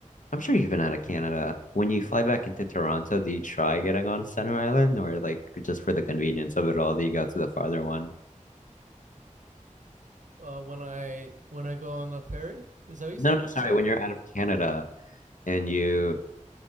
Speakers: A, on the left; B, on the right.
A: I'm sure you've been out of Canada. When you fly back into Toronto, do you try getting on Center Island or like just for the convenience of it all, do you go to the farther one?
B: Uh, when I when I go on a ferry, is that what you
A: No,
B: said?
A: no, sorry,
B: Sorry.
A: when you're out of Canada and you